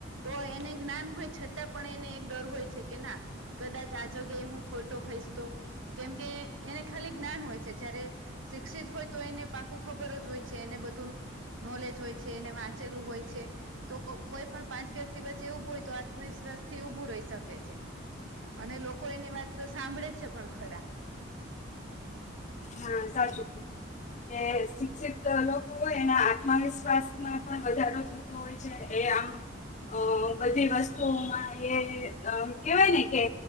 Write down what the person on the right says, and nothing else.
તો એને જ્ઞાન હોય છતાં પણ એને એક ડર હોય છે કે ના. કદાચ આ જગ્યાએ હું ખોટો હોઈશ તો. કેમકે એને ખાલી જ્ઞાન હોય છે જયારે શિક્ષિત હોય તો એને પાકું ખબર જ હોય એને બધું નોલેજ હોય છે એને વાંચેલું હોય છે. તો કો કોઈ પણ પાંચ વ્યક્તિ વચ્ચે ઉભું હોય તો આત્મવિશ્વાસ થી ઉભું રહી શકે છે. અને લોકો એની વાત તો સાંભળે જ છે પણ ખરા.